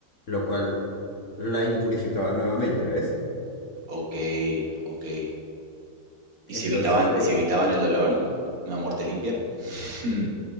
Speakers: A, on the left; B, on the right.
A: lo cual la impurificaba nuevamente, ¿ves?
B: Ok, ok. ¿Y
A: Entonces,
B: si evitaban, y si evitaban el dolor? ¿Una muerte limpia? <laughs>